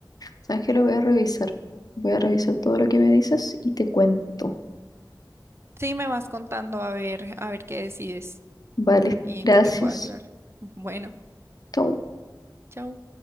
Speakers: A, on the left; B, on the right.
A: ¿Sabes qué? Lo voy a revisar. Voy a revisar todo lo que me dices y te cuento.
B: Sí, me vas contando a ver, a ver qué decides
A: Vale,
B: y en
A: gracias.
B: qué te puedo ayudar. Bueno,
A: Chau.
B: chao.